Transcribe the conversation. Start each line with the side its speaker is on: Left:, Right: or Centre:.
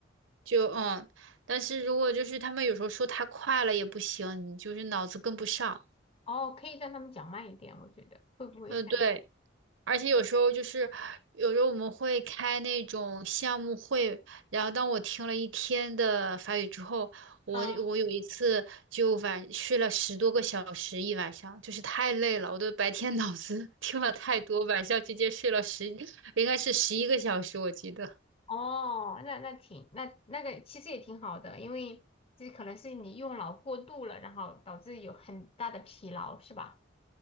Right: 就嗯，但是如果就是他们有时候说太快了也不行，你就是脑子跟不上。
Left: 哦，可以让他们讲慢一点，我觉得会不会干？
Right: 嗯，对。
Left: 样？
Right: 而且有时候就是有时候我们会开那种项目会，然后当我听了一天的法语之后，我我有一次就晚睡了十多个小时一晚上，
Left: 嗯，
Right: 就是太累了，我都白天脑子 <laughs> 听了太多，晚上直接睡了十，应该是十一个小时，我记得。
Left: 哦，那那挺那那个其实也挺好的，因为这可能是你用脑过度了，然后导致有很大的疲劳，是吧？